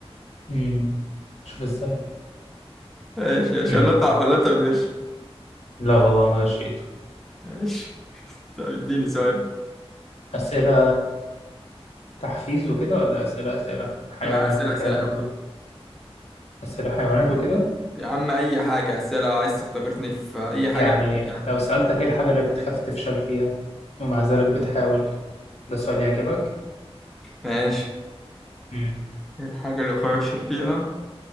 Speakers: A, on the left; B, in the centre.
A: امم شوف ازاي
B: ماشي ماشي
A: امم
B: ولا انت ولا انت بتغش
A: لا والله ما غشيته
B: ماشي طب اديني سؤال
A: أسئلة تحفيز وكده ولا أسئلة أسئلة حيوانات
B: لا اسئلة
A: والكلام
B: اسئلة
A: اللي
B: يا عم
A: أنت بتقوله أسئلة حيوانات وكده
B: يا عم اي حاجة اسئلة عايز تختبرني في اي
A: يعني
B: حاجة انا معاك يا عم
A: لو سألتك إيه الحاجة اللي بتخاف تفشل فيها ومع ذلك بتحاول ده سؤال يعجبك
B: ماشي
A: امم
B: ايه الحاجة اللي بخاف افشل فيها